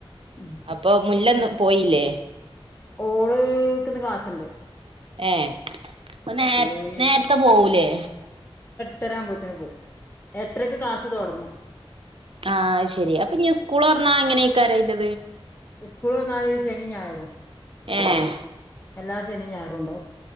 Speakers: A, on the left; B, on the right.
A: ഉം
B: അപ്പൊ മുല്ലന്നു പോയില
A: ഓള്ക്കന്ന് ക്ലാസ്സ്ുണ്ട്
B: ഏ അപ്പൊ നേ
A: ഓള്
B: നേരത്തെ പോകൂലേ
A: എട്ടരാൻമ്പോത്തിന് പോ എത്രയ്ക്ക് കാസ് തോടക്കും ഉം
B: ആഹ് ശെരി അപ്പൊ ഞാൻ സ്കൂൾ പറഞ്ഞാ എങ്ങനെ കാരായിത്
A: സ്കൂൾ വന്നാല് ശനി ഞായറും
B: ഏഹ
A: എല്ലാ ശനിയുംഞാറുണ്ടാവും